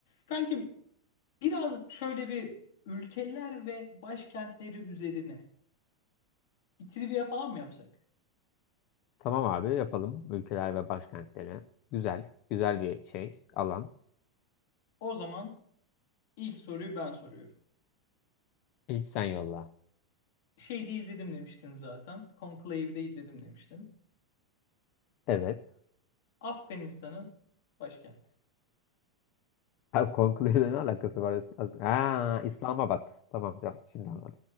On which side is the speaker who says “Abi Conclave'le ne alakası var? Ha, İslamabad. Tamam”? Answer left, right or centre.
Left